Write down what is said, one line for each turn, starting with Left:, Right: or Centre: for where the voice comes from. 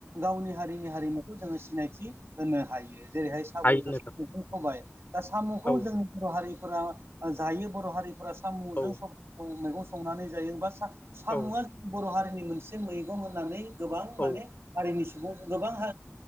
Right: गावनि हारिनि हारिमुखौ जोङो सिनायथि होनो हायो जेरैहाय साम'खौ
Left: हायो
Right: <unintelligible>
Left: नोंथां
Right: होबाय दा साम'खौ
Left: औ
Right: जों बर' हारिफोरा जायो बर' हारिफोरा साम'जों
Left: औ
Right: स <unintelligible> मैगं संनानै जायो बा सा साम'आ
Left: औ
Right: बर' हारिनि मोनसे मैगं होननानै गोबां
Left: औ
Right: माने हारिनि सुबुं गोबां